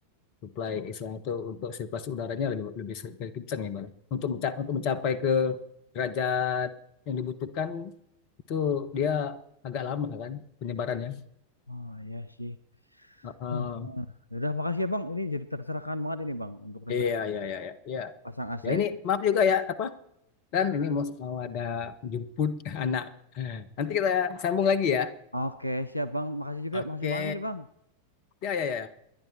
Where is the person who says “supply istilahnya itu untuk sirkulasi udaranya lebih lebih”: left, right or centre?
Left